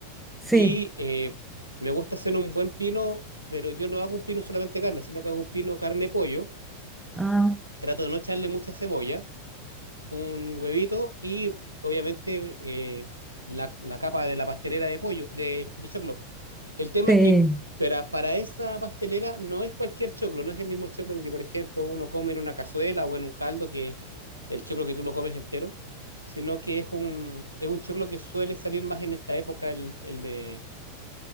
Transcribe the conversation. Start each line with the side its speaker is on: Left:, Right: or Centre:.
Centre: sí.
Right: y eh, me gusta hacer un buen pino, pero yo no hago un pino solamente carne, sino que hago un pino carne-pollo,
Centre: Ah,
Right: trato de no echarle mucha cebolla, un huevito y obviamente eh, la, la capa de la pastelera de pollo, de, de choclo. El tema
Centre: sí.
Right: es que para, para esa pastelera no es cualquier choclo, no es el mismo choclo que, por ejemplo, uno come en una cazuela o en un caldo, que el choclo que tú lo comes entero, sino que es un, es un choclo que suele salir más en esta época, el, el de,